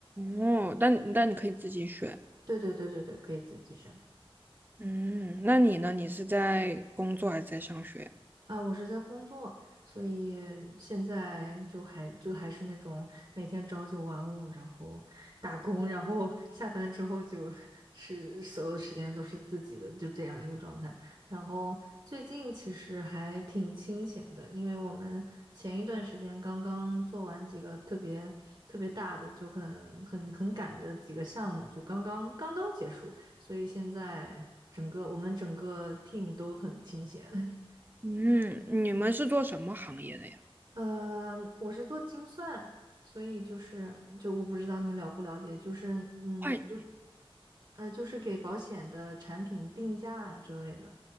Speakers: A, on the right; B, on the right.
A: 哦，但但你可以自己选，
B: 对对对对对，可以自己选。
A: 嗯，那你呢？你是在工作还是在上学呀
B: 啊，我是在工作，所以现在就还就还是那种每天朝九晚五，然后打工，然后下班之后就是所有的时间都是自己的，就这样一个状态。然后最近其实还挺清闲的，因为我们前一段时间刚刚做完几个特别特别大的，就很很很赶的几个项目，就刚刚刚刚结束，所以现在整个我们整个 team 都很清闲。<laughs>
A: 嗯，你们是做什么行业的呀？
B: 呃，我是做精算，所以就是就我不知道你了不了解，就是嗯，
A: 会计。
B: 不呃，就是给保险的产品定价之类的。